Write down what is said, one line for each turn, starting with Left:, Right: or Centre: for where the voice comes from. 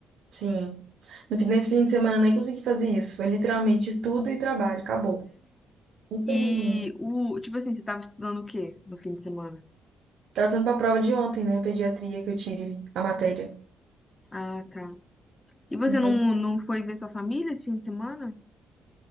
Right: sim. No fim- Nesse fim de semana eu nem consegui fazer isso. Foi literalmente estudo e trabalho, acabou. Infelizmente.
Left: E o, tipo assim, você tava estudando o quê no fim de semana?
Right: Tava sendo pra prova de ontem, né? Pediatria que eu tive, a matéria.
Left: Ah, tá. E você
Right: Entendeu?
Left: não, não foi ver sua família esse fim de semana?